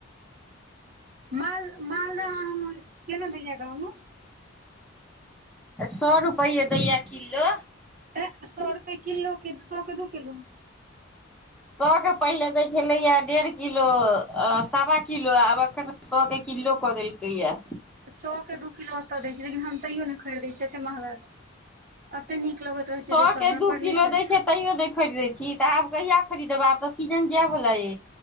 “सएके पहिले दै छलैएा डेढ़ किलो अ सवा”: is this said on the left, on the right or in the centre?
Centre